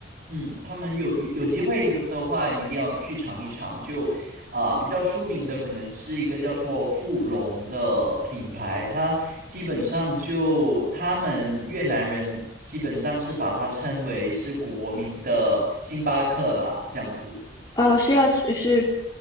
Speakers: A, on the right (about 50°); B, on the left (about 20°).
A: 嗯，他们有有有机会的的话，你一定要去尝一尝。就啊、比较出名的可能是一个叫做富隆的品牌，它基本上就他们越南人基本上是把它称为是国民的星巴克啦，这样子。
B: 呃，是要去，是